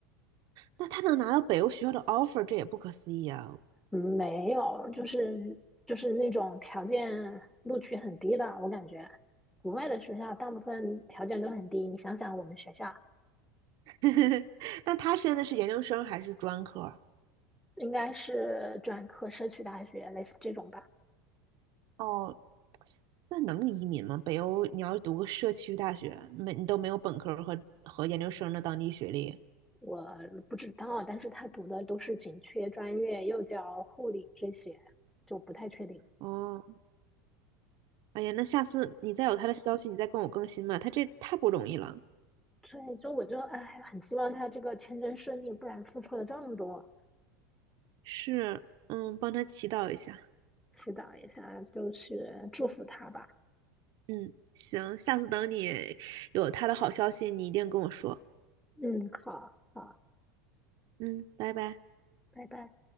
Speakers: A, on the right; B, in the centre.
A: 那他能拿到北欧学校的 offer，这也不可思议啊！
B: 嗯没有，就是就是那种条件录取很低的，我感觉国外的学校大部分条件都很低。你想想，我们学校
A: <laughs> 那他现在是研究生还是专科啊
B: 应该是专科社区大学，类似这种吧？
A: 哦，那能移民吗？北欧你要读个社区大学，没你都没有本科儿和和研究生的当地学历。
B: 我不知道，但是他读的都是紧缺专业，幼教、护理这些，就不太确定。
A: 哦，哎呀，那下次你再有他的消息，你再跟我更新吧。他这太不容易了。
B: 所以就我就哎，很希望他这个签证顺利，不然付出了这么多，
A: 是，嗯，帮他祈祷一下。
B: 祈祷一下，就是祝福他吧。
A: 嗯，行，下次等你有他的好消息，你一定跟我说。
B: 嗯，好好，
A: 嗯，拜拜。
B: 拜拜。